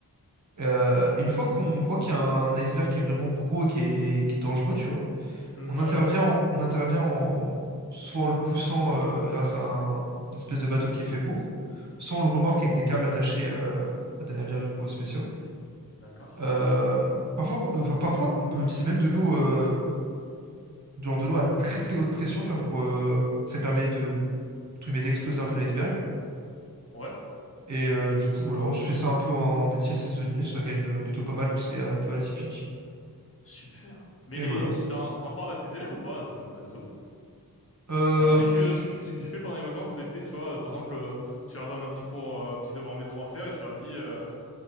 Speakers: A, on the right (about 50°); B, on the left (about 40°).
A: Euh, et une fois qu'on voit qu'il y a un iceberg qui est vraiment gros et qui est, qui est dangereux, tu vois.
B: Mhm,
A: On intervient,
B: ouais ouais.
A: en- on intervient en, soit en le poussant euh, grâce à un, une espèce de bateau qui est fait pour, soit on le remorque avec des câbles attachés euh, à des navires du coup spéciaux.
B: D'accord.
A: Euh, parfois, enfin, parfois, on peut utiliser même de l'eau, euh, du genre de l'eau à très très haute pression, tu vois, pour euh, ça permet de, entre guillemets, d'exploser un peu l'iceberg.
B: Ouais.
A: Et euh, du coup, voilà, je fais ça un peu en métier saisonnier, ça gagne euh, plutôt pas mal vu que c'est euh, un peu atypique.
B: Super. Mais
A: Et
B: et
A: voilà.
B: tu t'en t'en parles à tes élèves ou pas? Ça m'intéresse de ouf.
A: Euh,
B: Tu leur dis
A: s-
B: que ce que tu ce que tu fais pendant les vacances d'été, tu vois, euh, par exemple, euh, tu leur donnes un petit cours, euh, un petit devoir maison à faire et tu leur dis. euh,